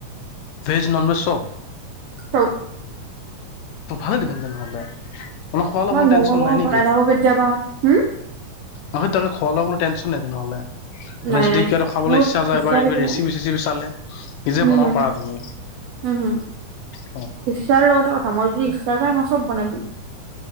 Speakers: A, on the left (about 85°); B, on the right (about 80°).
A: ভেজ ন'ন ভেজ চব।
B: চব।
A: ভালে দেখোন তেনেহ'লে মানে খোৱালৈ
B: মই
A: কোনো
B: ম'ম'
A: টেনচন
B: চম'
A: নাই নেকি?
B: বনাই থাকো কেতিয়াবা হুম
A: নহয় তাকে খোৱা লোৱাবোল টেনচন ন নাই তেনেহ'লে। মানে
B: নাই
A: যদি
B: নাই
A: কিবাটো খাবলৈ
B: মোৰ
A: ইচ্ছা যায় বা এনেকৈ
B: থাকিলে
A: ৰেচিপি - চেচিপি চালে নিজে
B: হুম
A: বনাব
B: হুম
A: পাৰা তুমি।
B: হুম, হুম।
A: অ।
B: তাৰ লগতে কথা, মই যদি ইচ্ছা যায় মই চব বনাই দিম।